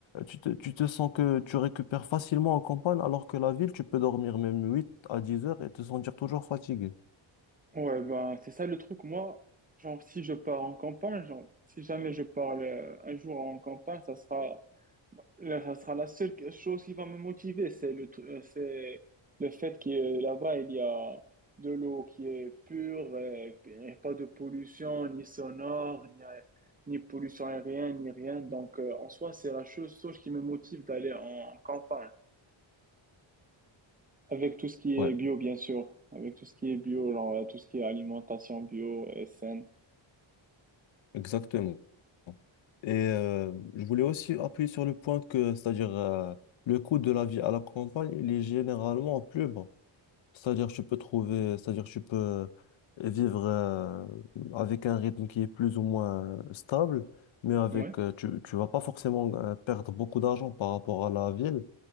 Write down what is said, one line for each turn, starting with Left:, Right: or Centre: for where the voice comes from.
Left: tu te, tu te sens que tu récupères facilement en campagne alors que la ville tu peux dormir même 8 à 10 heures et te sentir toujours fatigué.
Right: Ouais, ben, c'est ça le truc. Moi, genre, si je pars en campagne, genre, si jamais je pars euh, un jour en campagne, ça sera, là, ça sera la seule chose qui va me motiver. C'est le, tru- euh, c'est le fait que euh, là-bas, il y a de l'eau qui est pure, euh, et puis, pas de pollution, ni sonore, ni, euh, ni pollution aérienne, ni rien. Donc, euh, en soi, c'est la chose, chose qui me motive d'aller en campagne. Avec tout ce qui est
Left: ouais
Right: bio, bien sûr. Avec tout ce qui est bio, genre euh, tout ce qui est alimentation bio et saine.
Left: Exactement. Et euh, je voulais aussi appuyer sur le point que, c'est-à-dire, euh, le coût de la vie à la campagne, il est généralement plus bas. C'est-à-dire, tu peux trouver, c'est-à-dire, tu peux vivre euh, avec un rythme qui est plus ou moins stable, mais avec,
Right: Ouais.
Left: euh, tu, tu vas pas forcément euh, perdre beaucoup d'argent par rapport à la ville.